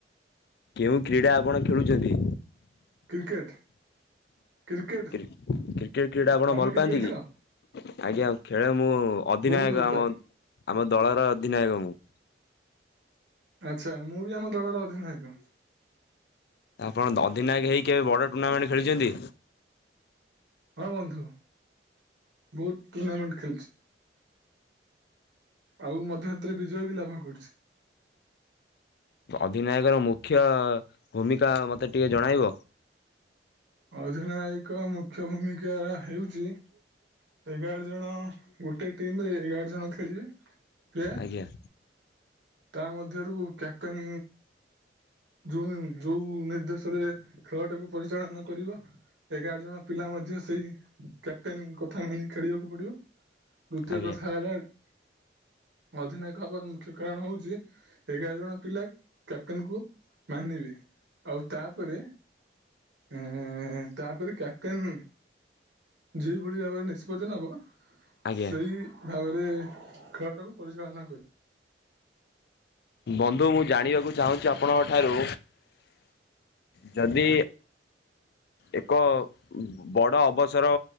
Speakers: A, on the left; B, on the right.
A: କେଉଁ କ୍ରୀଡ଼ା ଆପଣ ଖେଳୁଚନ୍ତି?
B: କ୍ରିକେଟ କ୍ରିକେଟ
A: କ୍ରି କ୍ରିକେଟ୍ କ୍ରୀଡା ଆପଣ
B: ତମେ
A: ଭଲ
B: କ୍ରିକେଟ
A: ପାଆନ୍ତି
B: ଖେଳ
A: କି? ଆଜ୍ଞା ଖେଳେ, ମୁଁ ଅଧିନାୟକ
B: ବହୁତ ଭଲ
A: ଆମ
B: ପାଏ
A: ଆମ ଦଳର ଅଧିନାୟକ ମୁଁ।
B: ଆଚ୍ଛା ମୁଁ ବି ଆମ ଦଳର ଅଧିନାୟକ।
A: ଆପଣ ଅଧିନାୟକ ହେଇକି କେବେ ବଡ଼ ଟୁର୍ଣ୍ଣାମେଣ୍ଟ ଖେଳିଚନ୍ତି?
B: ହଁ ବନ୍ଧୁ ବହୁତ ଟୁର୍ଣ୍ଣାମେଣ୍ଟ ଖେଳିଛି। ଆଉ ମଧ୍ୟ ସେଥିରେ ବିଜୟ ବି ଲାଭ କରିଛି।
A: ଅଧିନାୟକ ର ମୁଖ୍ୟ ଭୂମିକା ମତେ ଟିକେ ଜଣାଇବ।
B: ଅଧିନାୟକ ମୁଖ୍ୟ ଭୂମିକା ହେଉଚି ଏଗାର ଜଣ ଗୋଟେ ଟିମରେ ଏଗାର ଜଣ ଖେଳିବେ। ପ୍ଲେୟାର
A: ଆଜ୍ଞା।
B: ତା ମଧ୍ୟରୁ କ୍ୟାପଟେନ୍ ଜୁନ୍ ଯୋଉ ନିର୍ଦ୍ଦେଶ କରିବେ ଖେଳଟାକୁ ପରିଚାଳନା କରିବା ଏଗାର ଜଣ ପିଲା ମଧ୍ୟ ସେଇ କ୍ୟାପଟେନ୍ ଙ୍କ କଥା ମାନି ଖେଳିବାକୁ ପଡିବ ଦୁତୀୟ
A: ଆଜ୍ଞା
B: କଥା ହେଲା ଅଧିନାୟକ ହବାର ମୁଖ୍ୟ କାରଣ ହଉଚି ଏଗାର ଜଣ ପିଲା କ୍ୟାପଟେନ କୁ ମାନିବେ ଆଉ ତାପରେ ଏଁ ତାପରେ କ୍ୟାପଟେନ୍ ଯେଉ ଭଳି ଭାବରେ ନିଷ୍ପତ୍ତି ନେବ,
A: ଆଜ୍ଞା।
B: ସେଇ ଭାବରେ ଖେଳଟାକୁ ପରିଚାଳନା କରି
A: ବନ୍ଧୁ ମୁଁ ଜାଣିବାକୁ ଚାହୁଁଚି ଆପଣଙ୍କ ଠାରୁ
B: <inaudible>
A: ଯଦି ଏକ ବଡ ଅବସର